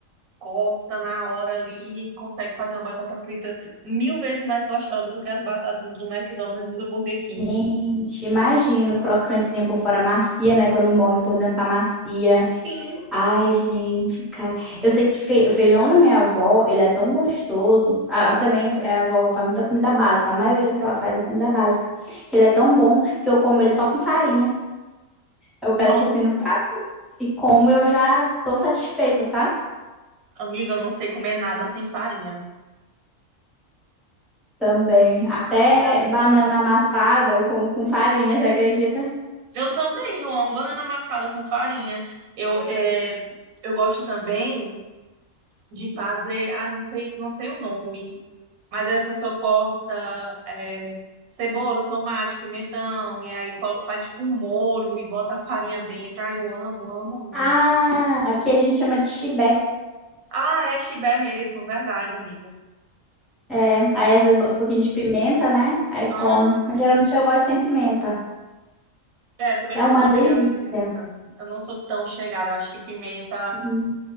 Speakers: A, on the right (about 90°); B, in the centre.
A: corta na hora ali e consegue fazer uma batata frita mil vezes mais gostosa do que as batatas do McDonald's e do Burger King.
B: Gente, imagina, crocantezinha por fora macia, né? Quando morde por dentro tá macia.
A: Sim,
B: Ai, gente, cara. Eu sei que fe- o feijão da minha avó, ele é tão gostoso. Ah, também é, a vovó faz muita comida básica. A maioria do que ela faz é comida básica. Que ele é tão bom que eu como ele só com farinha. Eu pego
A: nossa,
B: um pouquinho no prato e como eu já tô satisfeita, sabe?
A: amiga, eu não sei comer nada sem farinha.
B: Também. Até
A: Não adorava,
B: banana
A: não.
B: amassada, eu como com farinha, você acredita?
A: Eu também, eu amo banana amassada com farinha. Eu, é, eu gosto também de fazer, ah, não sei, não sei o nome, mas a pessoa corta é, cebola, tomate, pimentão, e aí colo- faz tipo um molho e bota a farinha dentro. Ah, eu amo, amo, amo.
B: Ah, aqui a gente chama de chibé.
A: Ah, é chibé mesmo, verdade, amiga.
B: É,
A: Nossa,
B: aí às vezes bota um pouquinho de pimenta, né? Aí come.
A: ah,
B: Mas geralmente eu gosto sem pimenta.
A: é, também
B: É
A: não
B: uma
A: sou chegada
B: delícia.
A: a pimenta. Eu não sou tão chegada, acho que pimenta
B: Uhum.